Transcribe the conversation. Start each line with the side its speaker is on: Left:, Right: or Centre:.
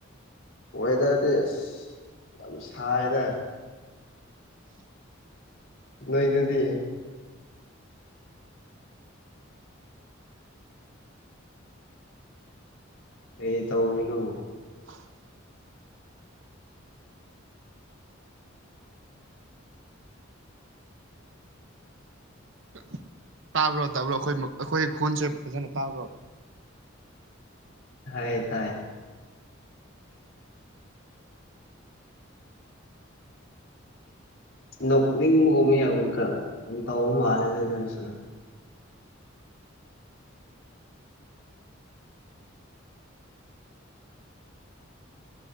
Left: ꯋꯦꯗꯔꯗꯤ ꯑꯁ ꯌꯥꯝ ꯁꯥꯏꯗ ꯅꯣꯏꯗꯗꯤ ꯀꯩ ꯇꯧꯔꯤꯅꯣ
Right: <inaudible> <inaudible> ꯇꯥꯕ꯭ꯔꯣ ꯇꯥꯕ꯭ꯔꯣ ꯑꯩꯈꯣꯏ ꯃ ꯑꯩꯈꯣꯏ ꯈꯣꯟꯁꯦ ꯐꯖꯅ ꯇꯥꯕ꯭ꯔꯣ
Left: ꯇꯥꯏꯌꯦ ꯇꯥꯏ ꯅꯣꯛꯅꯤꯡꯕꯒꯨꯝꯕ ꯌꯥꯝ ꯈꯔ ꯇꯧꯕ ꯃꯥꯜꯂꯦꯅꯦ ꯅꯪꯁꯦ